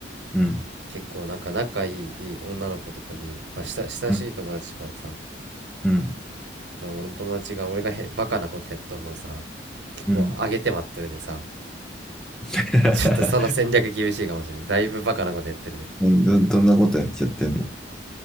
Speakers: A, in the centre; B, on the right (about 65°).
A: うん、
B: 結構なんか仲いい、いい女の子とかに、まあ、した親しい友達とかでさ、
A: うん、うん、
B: その俺の友達が俺がへバカなことやっとんのをさ結構上げて待ってるでさ
A: うん。<laughs>
B: ちょっとその戦略厳しいかもしれないだいぶバカなことやってるで
A: うんど、どんなことやっちゃってんの